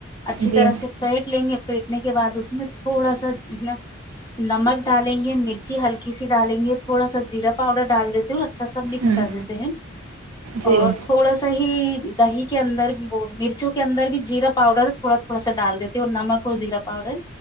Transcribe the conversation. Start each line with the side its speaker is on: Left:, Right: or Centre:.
Left: اچھی
Right: جی
Left: طرح سے پیٹ لیں گے پھیٹنے کے بعد اس میں تھوڑا سا نا نمک ڈالیں گے مرچی ہلکی سی ڈالیں گے تھوڑا سا زیرا پاؤڈر ڈال دیتے ہو اچھا سا مکس
Right: ہوں
Left: کر دیتے ہیں
Right: جی
Left: اور تھوڑا سا ہی دہی کے اندر وہ مرچوں کے اندر بھی جیرا پاؤڈر تھوڑا تھوڑا سا ڈال دیتی ہو اور نمک کوزیرا پؤڈر